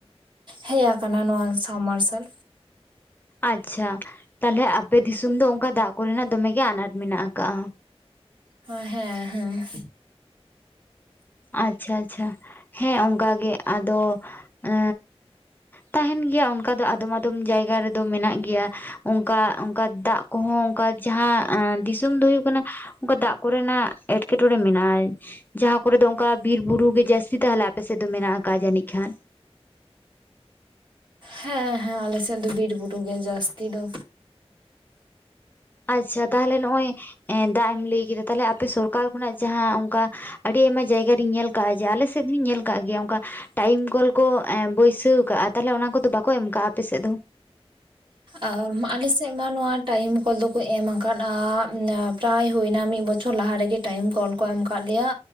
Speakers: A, on the right; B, on the left.
A: ᱦᱮᱡ ᱟᱠᱟᱱᱟ ᱱᱚᱣᱟ ᱥᱟᱵ ᱢᱟᱨᱥᱟᱞ,
B: ᱟᱪᱪᱷᱟ, ᱛᱟᱸᱦᱞᱮ ᱟᱯᱮ ᱫᱤᱥᱚᱢ ᱫᱚ ᱚᱱᱠᱟ ᱫᱟᱜ ᱠᱚᱨᱮᱱᱟᱜ ᱫᱚᱢᱮᱜᱮ ᱟᱱᱟᱴ ᱢᱮᱱᱟᱜ ᱟᱠᱟᱜᱼᱟ᱾
A: ᱦᱮᱸ ᱦᱮᱸ ᱦᱮᱸ,
B: ᱟᱪᱪᱷᱟ ᱟᱪᱪᱷᱟ ᱦᱮᱸ ᱚᱱᱠᱟ ᱜᱮ ᱟᱫᱚ ᱮ, ᱛᱟᱸᱦᱮᱱ ᱜᱮᱭᱟ ᱚᱱᱠᱟ ᱫᱚ ᱟᱫᱚᱢ ᱟᱫᱚᱢ ᱡᱟᱭᱜᱟ ᱨᱮᱫᱚ ᱢᱮᱱᱟᱜ ᱜᱮᱭᱟ ᱚᱱᱠᱟ ᱚᱱᱠᱟ ᱫᱟᱜ, ᱠᱚᱦᱚᱸ ᱚᱱᱠᱟ ᱡᱟᱦᱟᱸ ᱫᱤᱥᱚᱢ ᱫᱚ ᱦᱩᱭᱩᱜ ᱠᱟᱱᱟ ᱚᱱᱠᱟ ᱫᱟᱜ ᱠᱚᱨᱮᱱᱟᱜ ᱮᱴᱠᱮᱴᱚᱬᱮ ᱢᱮᱱᱟᱜᱼᱟ ᱡᱟᱦᱟᱸ ᱠᱚᱨᱮ ᱫᱚ ᱚᱱᱠᱟ ᱵᱤᱨ ᱵᱩᱨᱩ ᱜᱮ ᱡᱟᱹᱥᱛᱤ ᱛᱟᱦᱚᱞᱮ ᱟᱯᱮᱥᱮᱫ ᱫᱚ ᱢᱮᱱᱟᱜ ᱟᱠᱟᱫ ᱡᱟᱹᱱᱤᱡ ᱠᱷᱟᱱ
A: ᱦᱮᱸ ᱦᱮᱸ ᱟᱞᱮᱥᱮᱫ ᱫᱚ ᱵᱤᱨ ᱵᱩᱨᱩ ᱜᱮ ᱡᱟᱹᱥᱛᱤ ᱫᱚ
B: ᱟᱪᱪᱷᱟ ᱛᱟᱦᱚᱞᱮ ᱱᱚᱜᱼᱚᱭ ᱮᱸ ᱫᱟᱜ ᱮᱢ ᱞᱟᱹᱭ ᱠᱮᱫᱟ ᱛᱟᱦᱞᱮ ᱟᱯᱮ ᱥᱚᱨᱠᱟᱨ ᱠᱷᱚᱱᱟᱜ ᱡᱟᱦᱟᱸ ᱚᱱᱠᱟ ᱟᱹᱰᱤ ᱟᱭᱢᱟ ᱡᱟᱭᱜᱟ ᱨᱤᱧ ᱧᱮᱞ ᱟᱠᱟᱜᱼᱟ ᱡᱮ ᱟᱞᱮ ᱥᱮᱫ ᱦᱚᱧ ᱧᱮᱞ ᱟᱠᱟᱜ ᱜᱮᱭᱟ ᱚᱱᱠᱟ ᱴᱟᱭᱤᱢ ᱠᱚᱞ ᱠᱚ ᱵᱟᱹᱭᱥᱟᱹᱣ ᱠᱟᱜᱼᱟ ᱛᱟᱦᱞᱮ ᱚᱱᱟ ᱠᱚᱫᱚ ᱵᱟᱠᱚ ᱮᱢ ᱠᱟᱜᱼᱟ ᱟᱯᱮᱥᱮᱫ ᱫᱚ?
A: ᱟ. ᱢ ᱟᱞᱮ ᱥᱮᱫ ᱢᱟ ᱱᱚᱣᱟ ᱴᱟᱭᱤᱢ ᱠᱚᱞ ᱫᱚᱠᱚ ᱮᱢ ᱟᱠᱟᱫᱼᱟ ᱯᱨᱟᱭ ᱦᱩᱭᱳᱱᱟ ᱢᱤᱫ ᱵᱚᱪᱷᱚᱨ ᱞᱟᱦᱟ ᱨᱮᱜᱮ ᱴᱟᱭᱤᱢ ᱠᱚᱞ ᱠᱚ ᱮᱢ ᱟᱠᱟᱫ ᱞᱮᱭᱟ